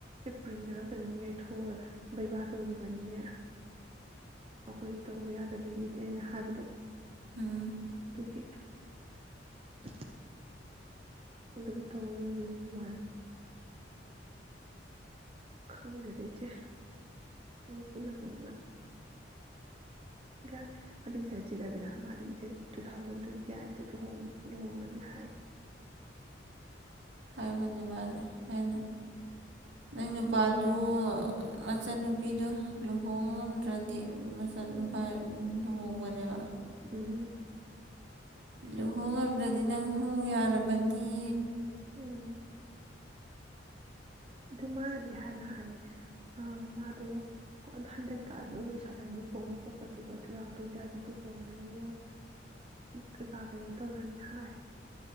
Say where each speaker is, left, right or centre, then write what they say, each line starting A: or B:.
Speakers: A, on the right (about 30°); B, on the right (about 75°).
A: ꯑꯦꯄ꯭ꯔꯤꯜꯗꯔ ꯀꯩꯅꯣꯝ ꯌꯥꯏꯊꯣꯛꯑ ꯚꯩꯚꯥ ꯇꯧꯒꯤꯕꯅꯤꯅꯦ꯫ ꯑꯩꯈꯣꯏ ꯇꯧꯕ ꯌꯥꯗꯕꯒꯤꯗꯅ ꯍꯥꯏꯕꯗꯣ
B: ꯑꯥ
A: <inaudible> ꯑꯗꯨꯝ ꯇꯧ ꯂꯩꯒꯔꯦ ꯑꯗꯨꯃꯥꯏꯅ ꯈꯪꯗꯦꯗ ꯏꯆꯦ ꯃꯤ ꯄꯨꯝꯅꯃꯛꯅ ꯒ꯭ꯌꯥꯅꯤ ꯑꯗꯨꯏ ꯁꯥꯏꯗꯁꯤ ꯔꯥꯕꯤꯅꯥ ꯃꯥꯗꯤ ꯏꯆꯦ ꯇꯨ ꯊꯥꯎꯖꯟ ꯇ꯭ꯋꯦꯟꯇꯤ ꯑꯥꯏꯠꯇ ꯂꯨꯍꯣꯡ ꯂꯨꯍꯣꯡꯉꯅꯤ ꯍꯥꯏ
B: ꯍꯥꯏꯕꯅꯤ ꯃꯥꯗꯤ ꯑꯩꯅ ꯅꯪ ꯅꯨꯄꯥꯗꯨ ꯃꯆꯟꯅꯨꯄꯤꯗꯣ ꯂꯨꯍꯣꯡꯕ ꯉꯝꯗ꯭ꯔꯗꯤ ꯃꯆꯥ
A: ꯎꯝ
B: ꯅꯨꯄꯥꯏ ꯂꯨꯍꯣꯡꯕꯅꯦꯕ
A: ꯎꯝ
B: ꯂꯨꯍꯣꯡꯉꯝꯗ꯭ꯔꯗꯤ ꯅꯪ ꯍꯣꯡ ꯌꯥꯔꯕꯅꯤ
A: ꯎꯝ ꯑꯗꯨ ꯃꯥꯅꯗꯤ ꯍꯥꯟꯅ ꯍꯥꯏꯌꯦ ꯃꯥꯗꯣ ꯍꯟꯗꯛ ꯊꯥꯗꯣ ꯂꯣꯏꯁꯤꯜꯂꯅꯤ ꯈꯣꯝꯕ ꯈꯣꯠꯄ ꯑꯗꯨꯒ ꯇꯨ ꯊꯥꯎꯖꯟ ꯇ꯭ꯋꯦꯟꯇꯤ ꯑꯥꯏꯠꯇ ꯂꯨꯍꯣꯡꯉꯅꯤ ꯑꯗꯨꯒ ꯀꯩꯀꯥ ꯀꯩꯅꯣ ꯇꯧꯔꯅꯤ ꯍꯥꯏ꯫